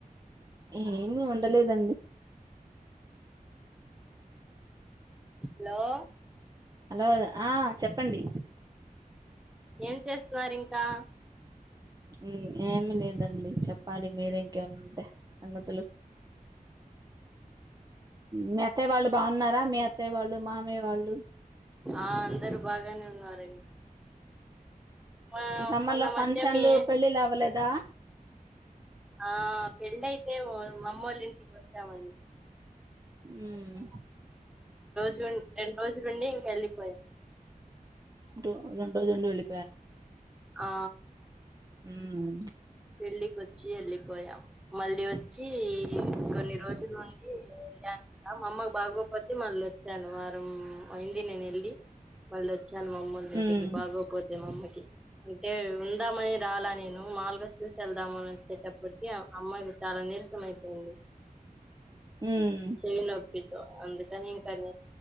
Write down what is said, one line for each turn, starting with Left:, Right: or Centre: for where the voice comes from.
Right: ఏమి వండలేదండి
Centre: హలో
Right: హలో ఆ చెప్పండి
Centre: ఏం చేస్తున్నారు ఇంకా
Right: ఉం ఏమీ లేదండి చెప్పాలి మీరే ఇంకేమన్నా ఉంటే సంగతులు మీ అత్తయ వాళ్ళు బాగున్నారా మీ అత్తయ వాళ్ళు మామయ్య వాళ్ళు
Centre: ఆ అందరూ బాగానే ఉన్నారండి. మా
Right: ఈ సమ్మర్
Centre: మొన్న
Right: లో
Centre: మధ్య
Right: ఫంక్షన్లు
Centre: మీ
Right: పెళ్ళిలు అవ్వలేదా
Centre: ఆ పెళ్ళయితే మ మమ్మోళ్ల ఇంటికి వచ్చామండి.
Right: ఉమ్
Centre: జూన్ రెండు రోజులుండి ఇంక వెళ్ళిపోయా
Right: డొ రెండు రోజులుండి వెళి
Centre: ఆ
Right: ఉమ్మ్
Centre: పెళ్ళికి వచ్చి వెళ్ళిపోయాం మళ్ళీ వచ్చి కొన్ని రోజులు ఉండి వెళ్ళాను కదా మా అమ్మకు బాగోపోతే మళ్ళీ వచ్చాను వారం అయింది నేను వెళ్ళి మళ్ళీ వచ్ చ్చెను మమ్మొలింటికి
Right: ఉమ్,
Centre: బాగొకపోతే మమ్మీకి అంటే ఉందామని రాల నేను నువ్ మాముల్గా చూసేళ్ళ్దామని వచ్చేటప్పటికి ఆ అమ్మాయి చాలా నీరసం అయిపోయింది.
Right: ఉమ్,
Centre: చేయి నొప్పితో అందుకని ఇంకానీ